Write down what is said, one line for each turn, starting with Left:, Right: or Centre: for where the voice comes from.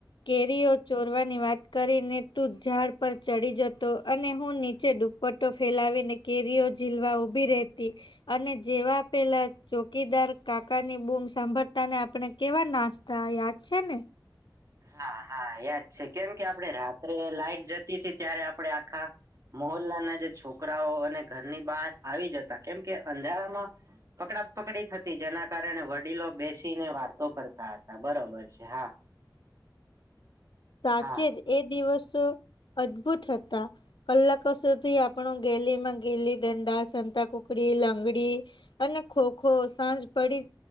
Left: કેરીઓ ચોરવાની વાત કરીને, તું ઝાડ પર ચડી જતો, અને હું નીચે ડુ પટો ફેલાવી ને કેરીઓ ઝીલવા ઊભી રહેતી. અને જેવા પેલા ચોકીદાર કાકા ની બૂમ સાંભળ તાને, આપણે કેવા નાસ્તા યાદ છે ને
Right: હા-હા યાદ છે. કેમ કે, આપણે રાત્રે લાાઈટ જતી હતી ત્યારે આપડે આખા મોહલ્લાના જે છોકરાઓ અને ઘરની બહાર આવી જતા. કેમ કે, અંધારામાં પકડા-પકડી થતી, જેના કારણે વડીલો બેસીને વાતો કરતા હતા. બરોબર છે, હા.
Left: સાચે
Right: હા
Left: જ, એ દિવસો અદભુત હતા. કલાકો સુધી આપણું ગેલી માં ગેલી દંડા, સંતાકુકડી, લંગડી અને ખોખો સાંજ પડી